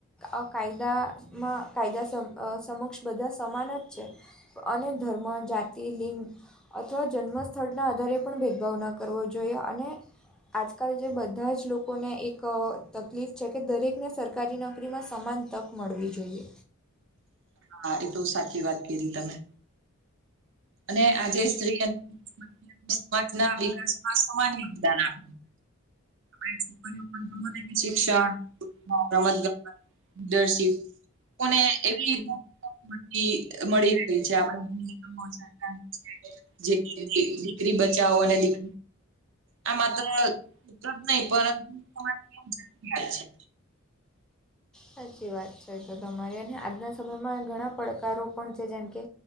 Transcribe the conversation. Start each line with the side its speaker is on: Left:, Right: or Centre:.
Centre: અહ કાયદામાં કાયદા સમ અહ સમક્ષ બધા સમાન જ છે. અને ધર્મ, જાતિ, લિંગ અથવા જન્મસ્થળના આધારે પણ ભેદભાવ ન કરવો જોઈએ. અને આજકલ જે બધા જ લોકોને એક તકલીફ છે, કે દરેકને સરકારી નોકરીમાં સમાન તક મળવી જોઈએ.
Right: હા એ તો સાચી વાત કીધી તમે. અને આજે સ્ત્રી <inaudible> સમાજ ના વિકાસમાં સમાન યોગદાન આપ અને છોકરીઓ પણ <inaudible> શિક્ષણ, <inaudible> રમત-ગમત, લીડરશીપ લોકો ને એવી <inaudible> મળી રહી છે, આપણે <inaudible> <inaudible> દીકરી બચાવો અને દીક આ માત્ર <unintelligible> જ નહીં, પરંતુ <inaudible> જરૂરિયાત છે.
Centre: સાચી વાત છે એ તો તમારી. અને આજના સમયમાં ઘણા પડકારો પણ છે, જેમ કે